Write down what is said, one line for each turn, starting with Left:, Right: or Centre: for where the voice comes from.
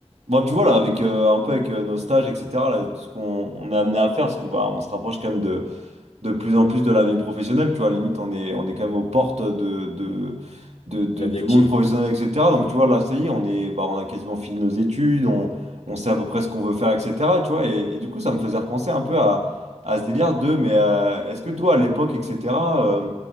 Right: Bon, tu vois, là, avec, euh, un peu avec euh, nos stages, etc., là, tout ce qu'on on est amené à faire, parce que bah, on se rapproche quand même de, de plus en plus de la vie professionnelle, tu vois, limite on est, on est quand même aux portes de, de, de- de-
Left: De la
Right: du
Left: vie active.
Right: monde professionnel, etc. Donc tu vois, là, ça y est, on est, bah, on a quasiment fini nos études, on, on sait à peu près ce qu'on veut faire, etc. Tu vois, et, et du coup, ça me faisait repenser un peu à, à ce délire de, mais euh, est-ce que toi, à l'époque, etc., euh,